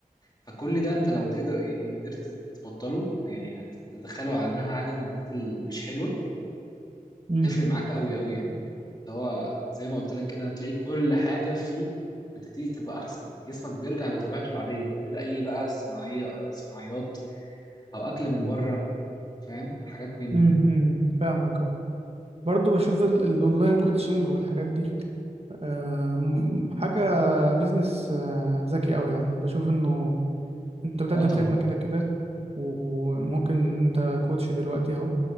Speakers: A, on the left (about 25°); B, on the right (about 45°).
A: فكل ده انت لو تقدر يعني قدرت تبطله يعني تدخله على انها عاده من العادات اللي مش حلوه
B: امم
A: هتفرق معاك قوي قوي يعني اللي هو زي ما قلت لك كده هتلاقي كل حاجه فيك بتبتدي تبقى احسن جسمك بيرجع لطبيعته العاديه من غير اي بقى صناعيه أو صناعيات او اكل من بره فاهم حاجات من
B: امم
A: دي
B: أمم، فاهمك اه برضو بشوف ال- الاونلاين كوتشنج والحاجات دي آه، م- حاجة بيزنس آه، ذكي أوي يعني بشوف إنه أنت بتقدم
A: اه طبعا
B: خدمة كده كده وممكن أنت كوتش دلوقتي أهو